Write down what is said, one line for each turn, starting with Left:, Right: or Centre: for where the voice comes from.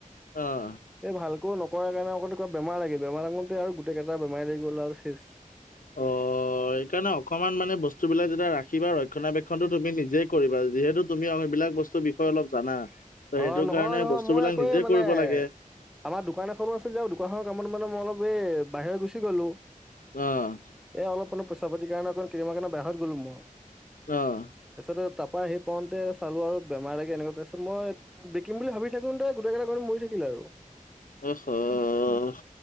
Left: অঁ।
Centre: এই ভালকৈ নকৰা কাৰণে আকণ কিবা বেমাৰ লাগিলে, বেমাৰ লগোতে আৰু গোটেইকেইটা বেমাৰ লাগি গল আৰু চেছ।
Left: অ। সেইকাৰণে অকমান মানে বস্তু বিলাক যেতিয়া ৰাখিবা, ৰক্ষণাবেক্ষণটো তুমি নিজে কৰিবা যিহেতু তুমি বিলাক বস্তুৰ বিষয়ে অলপ জানা, ত
Centre: অ
Left: সেইটো
Centre: নহয়
Left: কাৰণে
Centre: নহয়
Left: বস্তু
Centre: মই
Left: বিলাক
Centre: আকৌ
Left: নিজে
Centre: এই মানে
Left: কৰিব লাগে।
Centre: আমাৰ দোকান এখনো আছিল যে, দোকানখনৰ কামত মানে মই অলপ এই বাহিৰৰে গুচি গ'লো।
Left: অ',
Centre: এ অলপ মান পইচা পাতিৰ কাৰণে অকন কেইদিন মানৰ কাৰনে বাহিৰত গ'লো মই।
Left: অঁ।
Centre: তাৰপিছত এ তাৰপৰা অহি পাওঁতে চালো আৰু বেমাৰ লাগি এনেকুৱা, তাৰপাছত মই বিকিম বুলি ভাবি থাকোতে গোটেই কেইটা গাহৰি মৰি থাকিলে আৰু।
Left: অ হহহ।